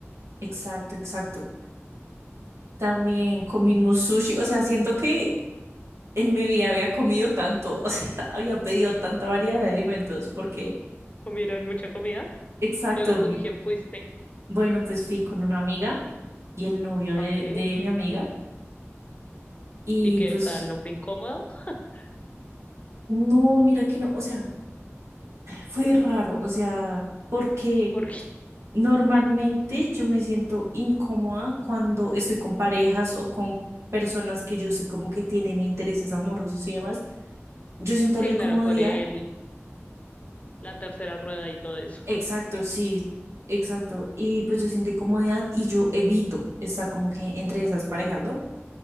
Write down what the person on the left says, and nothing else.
¿Comieron mucha comida?
Luego, ¿con
quién fuiste?
Ah, ok.
¿Y qué
tal? ¿No fue incómodo? <laughs>
Porque,
sí,
claro, por el, la tercera rueda y todo eso.
<laughs>